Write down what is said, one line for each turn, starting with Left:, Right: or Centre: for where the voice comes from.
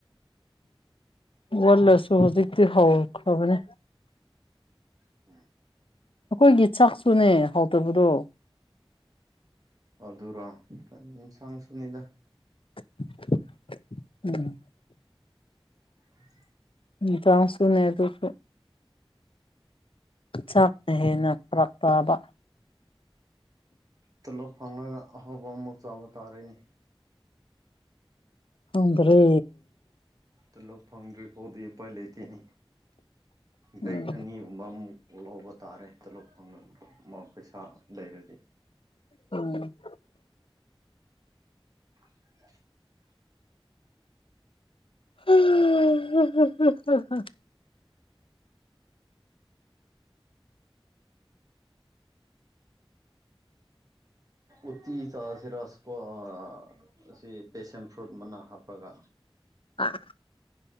Left: ꯋꯥꯂꯥꯁꯨ ꯍꯨꯖꯤꯛꯇꯤ ꯍꯧꯈ꯭ꯔ꯭ꯕꯅꯦ
Right: <unintelligible>
Left: ꯑꯈꯣꯏꯒꯤ ꯆꯥꯛꯁꯨꯨꯅꯦ ꯍꯥꯎꯇꯕꯗꯣ
Right: ꯑꯗꯨꯔꫭ‌ ꯑꯗꯨꯗꯤ ꯏꯁꯥꯡ ꯁꯨꯅꯤꯗ
Left: <unintelligible> ꯎꯝ
Right: <inaudible>
Left: ꯏꯟꯇ꯭ꯔꯥꯁꯨꯅꯦ ꯑꯗꯨꯒ ꯆꯥꯛꯅ ꯍꯦꯟꯅ ꯐꯔꯛ ꯇꯥꯕ
Right: ꯇꯣꯂꯣꯞ ꯐꯪꯂꯒ ꯑꯍꯥꯎꯕ ꯑꯃꯨꯛ ꯆꯥꯎꯕ ꯇꯥꯔꯦꯅꯦ
Left: ꯈꯪꯗꯔꯦ
Right: ꯇꯨꯂꫭꯞ ꯐꯪꯗ꯭ꯔꯤ ꯐꯥꯎꯗꯤ ꯎꯄꯥꯏ ꯂꯩꯇꯦꯅꯦ
Left: ꯎꯝ
Right: ꯗꯦꯛ ꯑꯅꯤꯒꯨꯝꯕ ꯃꯨꯛ ꯑꫭ ꯂꯧꯕ ꯇꯥꯔꯦ ꯍꯦꯇ ꯂ ꯇꫭꯂꫭꯞ ꯐꯪꯉꯕꯗꯤ ꯃꯥ ꯄꯩꯁꯥ ꯂꯩꯔꯗꯤ
Left: ꯎꯝ
Right: <unintelligible>
Left: <unintelligible>
Right: ꯎꯠꯇꯤ ꯆꯥꯁꯤꯔ ꯁꯀꯣ ꯑ-ꯑꯁꯤ ꯄꯦꯁꯦꯝ ꯐ꯭ꯔꯨꯠ ꯃꯅꯥ ꯍꯥꯞꯄꯒ
Left: ꯑꯥ